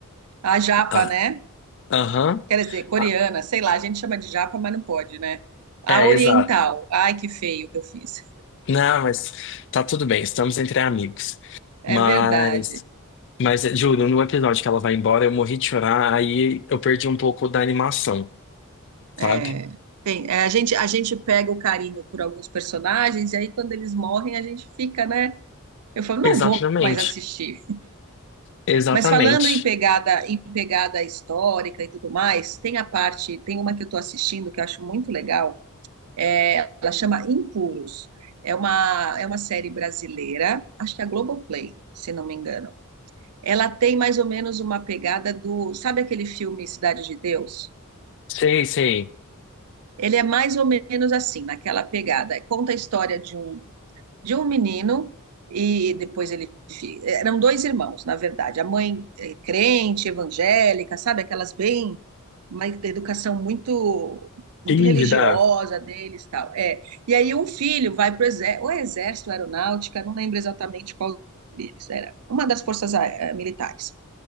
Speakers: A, on the right; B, on the left.
A: A japa,
B: Ah,
A: né?
B: aham.
A: Quer dizer, coreana,
B: Ah,
A: sei lá, a gente chama de japa, mas não pode, né? A
B: é,
A: oriental.
B: exato.
A: Ai, que feio que eu fiz.
B: Não, mas tá tudo bem, estamos entre amigos.
A: É
B: Mas
A: verdade.
B: Mas, eh, juro, no episódio que ela vai embora, eu morri de chorar, aí eu perdi um pouco da animação, sabe?
A: É, tem, é, a gente, a gente pega o carinho por alguns personagens e aí quando eles morrem a gente fica, né? Eu falo, não
B: Exatamente,
A: vou mais assistir.
B: exatamente.
A: Mas falando em pegada, em pegada histórica e tudo mais, tem a parte, tem uma que eu estou assistindo que eu acho muito legal É, ela chama Impuros. É uma, é uma série brasileira, acho que é a Globoplay, se não me engano. Ela tem mais ou menos uma pegada do. Sabe aquele filme Cidade de Deus?
B: Sei, sei.
A: Ele é mais ou menos assim, naquela pegada. Conta a história de um, de um menino e depois ele. fi- Eram dois irmãos, na verdade. A mãe é crente, evangélica, sabe? Aquelas bem. Uma educação muito muito
B: Ih,
A: religiosa
B: dá.
A: deles, tal. É. E aí um filho vai para o exército, aeronáutica, não lembro exatamente qual deles, era uma das forças ah, militares.